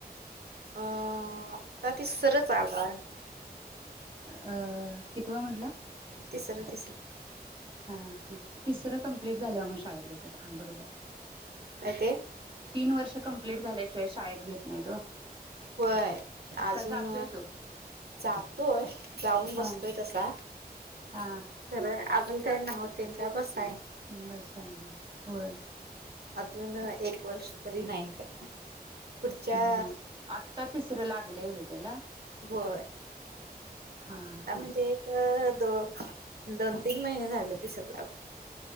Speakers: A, on the right (about 75°); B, on the right (about 30°).
A: अं आता तिसर चालु हाय
B: अ कितीव म्हटला
A: तिसर तिसर
B: हा हा तिसरं कं कप्लीट झाल्यावर मग शाळेत घेतात. हा बरोबर
A: काय ते
B: तीन वर्ष कम्प्लीट. कम्प्लीट झाल्याशिवाय शाळेत घेत नाहीत ओ
A: होय अजून
B: का जातोय तो
A: जातोय जाऊन बसतोय
B: हा
A: तसा
B: हा
A: खर अजून ते नाव त्यांच बस
B: बस आहे ना होय.
A: अजून एक वर्ष तरी नाही काय? पुढच्या
B: हम्म आता तिसरं लागलय होय. त्याला
A: होय.
B: हा
A: ह
B: हा
A: म्हणजे एक अ दो दोन तीन महिने झाले तिसर लागून